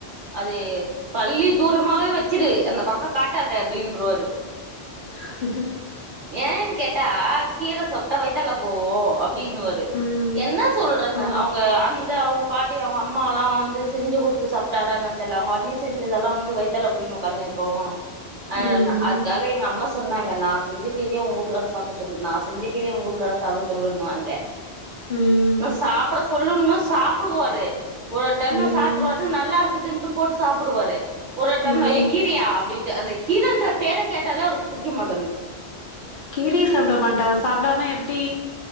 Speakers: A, on the right; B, on the left.
A: அது பள்ளி தூரமாவே வச்சுரு அந்த பக்கம் காட்டாத அப்டின்ருவாரு
B: உ <inaudible>
A: ஏன்னு கேட்டா கீர சாப்டா வயித்தால போகு அப்டின்னு வாரு
B: ம்
A: என்ன சொல்றேன்னு
B: ஓ
A: அவுங்க அந்த அவுங்க பாட்டி அவுங்க அம்மால்லா வந்து செஞ்சு குடுத்து சாப் டாரா என்னனு தெர்ல அவுங்க அண்ணி செஞ்சதெல்லா வந்து வயித்தால போய்னு ஒக்காஞ்ஜிருக்கு அ
B: ம்
A: அதுக்காக எங்க அம்மா சொன்னாங்க நா செஞ்சு கீரய உங்க வூட்டுக்காரர சாப்பிட சொல்லு நா செஞ்ச கீரைய உங்க வூட்டுக்காரர சாப்பிட சொல்லனு வாங்க
B: ம்
A: இன்னும் சாப்பிட சொல்லுன்னு சாப்பிடுவாரு ஒரு ஒரு டைம்ல
B: ம்.
A: சாப்பிட்ருவாரு நல்லா இருக் இதுண்டு போட்டு சாப்பிடுவாரு ஒரு ஒரு
B: ம்.
A: டைம்ல ஏ கீரய்யா அப்டின்ட்டு அந்தக் கீரன்ற பேர கேட்டாலே அவருக்கு புடிக்க மாட்டேன்து
B: கீரய சாப்ட மாட்டா சாப்டாம எப்டி